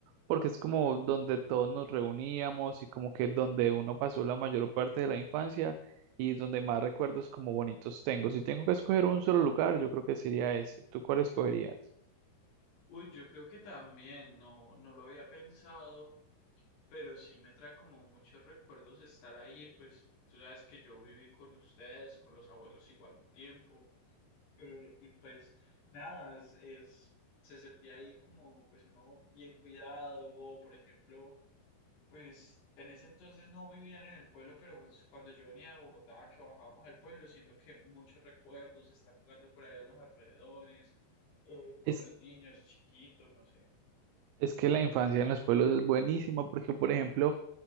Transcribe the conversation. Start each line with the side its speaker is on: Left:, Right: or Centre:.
Right: porque es como donde todos nos reuníamos y como que donde uno pasó la mayor parte de la infancia y donde más recuerdos como bonitos tengo. Si tengo que escoger un solo lugar, yo creo que sería ese. ¿Tú cuál escogerías?
Left: Uy, yo creo que también, no, no lo había pensado, pero sí me trae como muchos recuerdos estar ahí, pues tú sabes que yo viví con ustedes, con los abuelos igual un tiempo. Eh, y pues nada, es, es- se sentía ahí como pues uno bien cuidado, o por ejemplo, pues en ese entonces no vivían en el pueblo, pero pues cuando yo venía de Bogotá, que bajábamos al pueblo, siento que muchos recuerdos, estar jugando por ahí a los alrededores, eh, con
Right: Es,
Left: los niños chiquitos, no sé.
Right: es que la infancia en los pueblos es buenísima porque, por ejemplo,